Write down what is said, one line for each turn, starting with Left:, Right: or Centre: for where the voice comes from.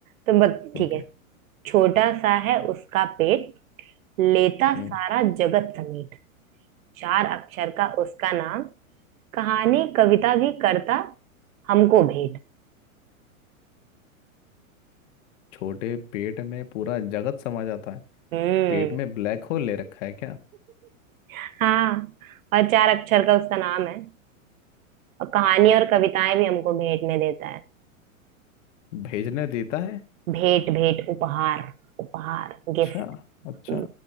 Right: तो बस ठीक
Left: ओके
Right: है छोटा सा है उसका पेट लेता
Left: हम्म,
Right: सारा जगत समेट चार अक्षर का उसका नाम कहानी कविता भी करता हमको भेंट
Left: छोटे पेट में पूरा जगत समा जाता है
Right: हम्म
Left: पेट में ब्लैक होल ले रखा है क्या
Right: <laughs> हाँ और चार अक्षर का उसका नाम है और कहानी और कविताएं भी हमको भेंट में देता है
Left: भेजने देता है
Right: भेंट भेंट उपहार उपहार
Left: अच्छा
Right: गिफ्ट
Left: अच्छा
Right: हम्म